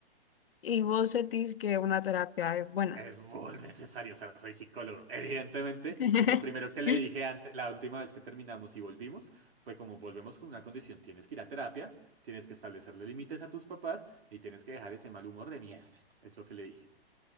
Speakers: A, on the left; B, on the right.
A: y vos sentís que una terapia es buena.
B: Es muy necesario, o sea, soy psicólogo. Evidentemente,
A: <laughs>
B: lo primero que le dije antes, la última vez que terminamos y volvimos, fue como volvemos con una condición, tienes que ir a terapia, tienes que establecerle límites a tus papás y tienes que dejar ese mal humor de mierda. Es lo que le dije.